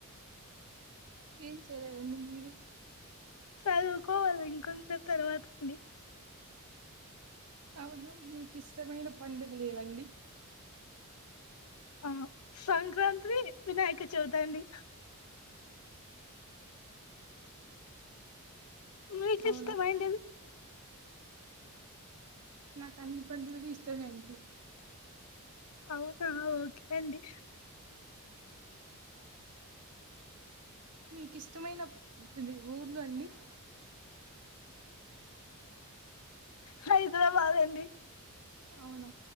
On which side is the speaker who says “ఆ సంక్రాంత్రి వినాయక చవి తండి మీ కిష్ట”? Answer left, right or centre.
Left